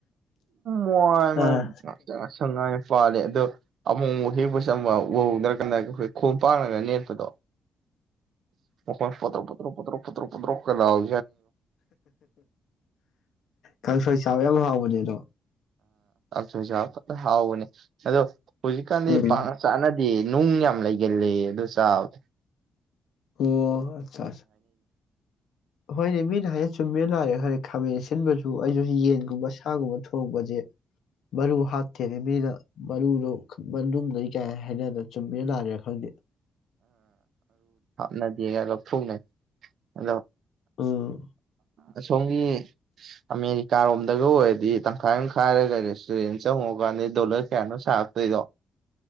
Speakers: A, on the right (about 65°); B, on the left (about 75°).
A: ꯃ ꯃ
B: ꯑꯥ
A: ꯁꯉꯥꯏ ꯄꯥꯂꯦ ꯑꯗꯣ ꯑꯃꯨꯛ ꯑꯃꯨꯛ ꯍꯦꯛꯄ ꯆꯝꯕ ꯎꯍꯧꯗ꯭ꯔꯀꯥꯟꯗ ꯑꯩꯈꯣꯏ ꯈꯣꯡꯝ ꯄꯥꯡꯅꯒ ꯅꯦꯠꯄꯗꯣ ꯍꯣꯏ ꯄꯠꯇ꯭ꯔꯣ ꯄ꯭ꯔꯣ ꯄ꯭ꯔꯣ ꯄꯣ ꯄꯟ꯭ꯔꯣ ꯀꯅ ꯍꯧ
B: ꯀꯪ ꯁ ꯇꯃꯦꯕꯨ ꯍꯕꯣꯖꯗꯣ
A: ꯑꯣꯏꯖ ꯍꯥꯎꯅꯦ ꯑꯗꯣ ꯍꯧꯖꯤꯛꯀꯥꯟꯗꯤ
B: ꯎꯝ
A: ꯄ ꯆꯥꯅ ꯍꯥꯏꯗꯤ ꯅꯨꯡ ꯌꯥꯝ ꯂꯩꯒꯜꯂꯤ ꯑꯗꯨ ꯆꯥꯎꯗꯦ
B: ꯑꯣ ꯑꯠꯆꯥ ꯑ ꯍꯣꯏꯅꯦ ꯃꯤꯅ ꯍꯥꯏꯅ ꯆꯨꯝ ꯆꯨꯝꯃꯦꯅ ꯂꯥꯔꯦ ꯈꯪꯗꯦ ꯈꯥꯃꯦꯟ ꯑꯁꯤꯟꯕꯁꯨ ꯑꯩꯁꯨ ꯌꯦꯟꯒꯨꯝꯕ ꯁꯥꯒꯨꯝꯕ ꯊꯣꯡꯕꯁꯦ ꯃꯔꯨ ꯍꯥꯠꯇꯦꯅꯦ ꯃꯤꯅ ꯃꯔꯨꯗꯣ ꯃꯅꯨꯡꯗꯩ ꯀꯥꯏ ꯍꯥꯏꯅꯗꯅ ꯆꯨꯝꯃꯦꯅ ꯂꯥꯛꯑꯦꯥ ꯈꯪꯗꯦ
A: ꯅꯗꯤꯒ ꯂꯣ ꯐ꯭ꯔꯨꯅꯦ ꯃ
B: ꯑꯥ
A: ꯑꯁꯣꯝꯒꯤ ꯑꯃꯦꯔꯤꯀꯥꯔꯣꯝꯗꯒ ꯑꯣꯏꯔꯗꯤ ꯇꯪꯈꯥꯏ ꯇꯪꯈꯥꯏꯔꯒ ꯔꯦꯁꯇꯨꯔꯦꯟ ꯆꯪꯉꯀꯥꯟꯗ ꯗꯣꯂꯔ ꯀꯌꯥꯅꯣ ꯁꯥꯔꯛꯇꯣꯏꯗꯣ